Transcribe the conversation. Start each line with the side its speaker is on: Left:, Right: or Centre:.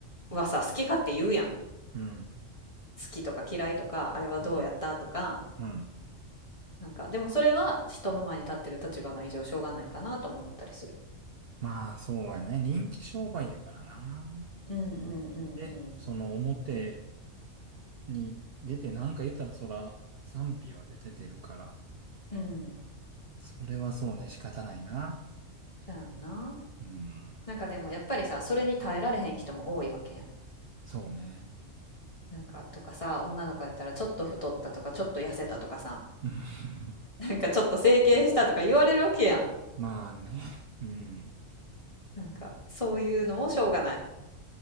Left: はさ、好き勝手言うやん。
Right: うん。
Left: 好きとか嫌いとか、あれはどうやったとか。
Right: うん。うん。
Left: なんか、でもそれは人の前に立ってる立場の以上しょうがないんかなとも思ったりする。
Right: まあ、そうやね。人気商売やからな。
Left: うんうんうん
Right: で、その表に出てなんか言ったらそら賛否は出て出るから。
Left: うん。うん。
Right: それはそうね。仕方ないな。
Left: そうやんな。
Right: うん。
Left: なんかでもやっぱりさ、それに耐えられへん人も多いわけやん。
Right: そうね。
Left: なんかとかさ、女の子やったらちょっと太ったとか、ちょっと痩せたとかさ、
Right: うん <laughs>
Left: なんかちょっと整形したとか言われるわけやん。
Right: まあね。うん。
Left: なんかそういうのもしょうがない。